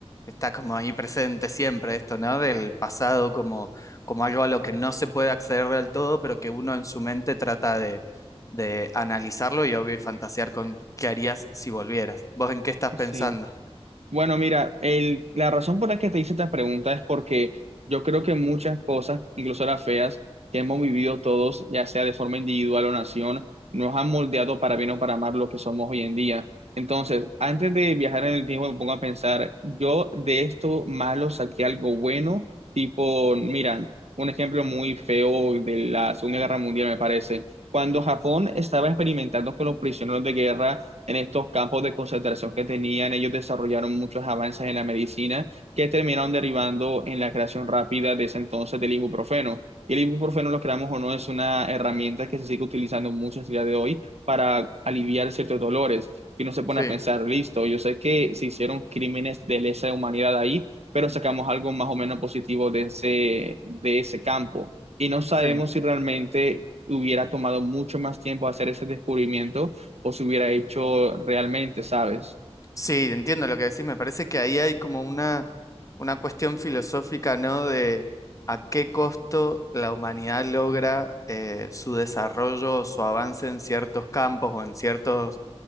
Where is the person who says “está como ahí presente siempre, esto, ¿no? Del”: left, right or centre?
Left